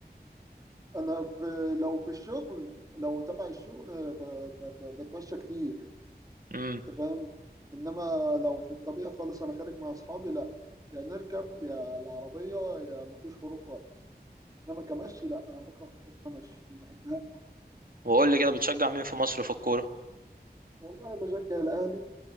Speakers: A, on the right (about 20°); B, on the right (about 60°).
A: انا في لو في الشغل لو تبع الشغل ب... ب... ب... بتمشى كتير
B: امم
A: انت فاهم انما لو في الطبيعة خالص انا خارج مع اصحابي لا يا نركب يا العربية يا مفيش خروج خالص انما كمشي لا انا بكره حاجة اسمها مشي ما بحبهاش
B: وقول لي كده بتشجع مين في مصر في الكوره
A: والله بشجع الاهلي